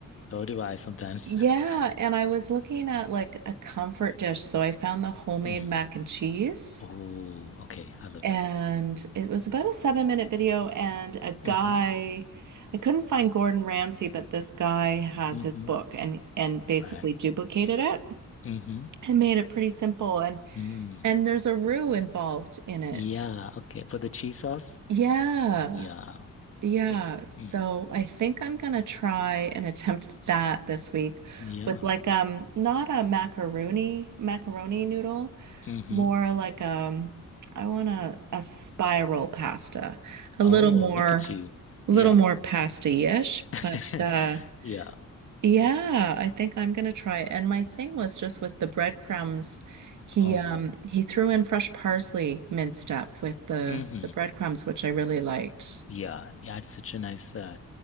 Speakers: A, on the left; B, on the right.
A: So do I sometimes.
B: Yeah,
A: <laughs>
B: and I was looking at like a comfort dish, so I found the homemade
A: Mm.
B: mac and cheese,
A: Oh, okay. I love.
B: and it was about a seven minute video. And a guy,
A: hmm
B: I couldn't find Gordon Ramsay, but this guy has
A: hmm
B: his book and and basically
A: Right.
B: duplicated it
A: hmm
B: and made it pretty simple. And
A: Mm.
B: and there's a roux involved in it.
A: Yeah. Okay. For the cheese sauce.
B: Yeah.
A: Yeah.
B: Yeah.
A: It's.
B: So
A: Mm.
B: I think I'm gonna try and attempt that this week
A: Yeah.
B: with like um not a macaroni macaroni noodle,
A: hmm
B: more like um I want a a spiral pasta. A
A: Oh,
B: little more
A: look at you.
B: a
A: Yeah.
B: little more pasty-ish, but
A: <laughs>
B: uh
A: Yeah.
B: yeah, I think I'm gonna try it. And my thing was just with the breadcrumbs, he
A: Uh-huh.
B: um he threw in fresh parsley minced up with the
A: hmm
B: the breadcrumbs, which I really liked.
A: Yeah. Yeah. It's such a nice uh,